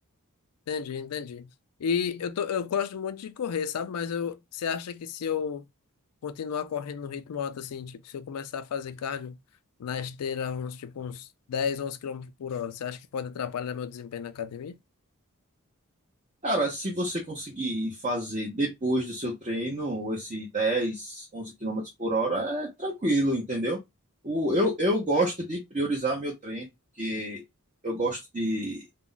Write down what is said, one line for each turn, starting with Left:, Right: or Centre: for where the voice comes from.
Left: Entendi, entendi. E eu, tô, eu gosto muito de correr, sabe? Mas eu, você acha que se eu continuar correndo no ritmo alto, assim, tipo, se eu começar a fazer cardio na esteira, uns, tipo, uns 10 11 quilômetros por hora, você acha que pode atrapalhar meu desempenho na academia?
Right: Cara, se você conseguir fazer depois do seu treino esse 10, 11 quilômetros por hora, é tranquilo, entendeu? O, eu, eu gosto de priorizar meu treino, porque eu gosto de